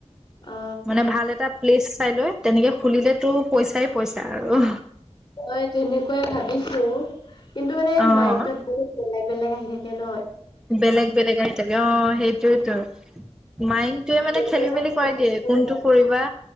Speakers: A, on the left (about 35°); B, in the centre.
A: অ
B: মানে ভাল এটা প্লেচ চাই লৈ তেনেকে খুলিলে তো পইচাই পইচা আৰু
A: মই তেনেকোৱাই ভাবিছো কিন্তু মানে
B: অ'।
A: মাইণ্ডত বহুত বেলেগ বেলেগ আহি থাকে কেন
B: বেলেগ বেলেগ আহি থাকে অ মাইণ্ডটোৱে মানে খেলি
A: গ্ৰেজুৱেচনটো
B: মেলি কৰাই
A: কমপ্লিট
B: দিয়ে
A: কৰি
B: কোনটো
A: লওঁ।
B: কৰিবা